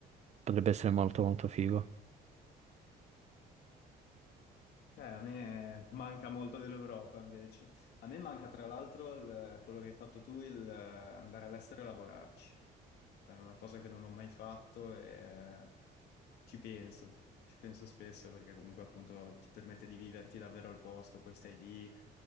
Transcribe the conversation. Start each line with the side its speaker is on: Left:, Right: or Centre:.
Right: potrebbe essere molto molto figo.
Left: Eh, a me manca molto dell'Europa invece. A me manca tra l'altro il- quello che hai fatto tu, il eh, andare all'estero e lavorarci. Cioè, È una cosa che non ho mai fatto e Ci penso, ci penso spesso perché comunque appunto ti permette di viverti davvero al posto, poi stai lì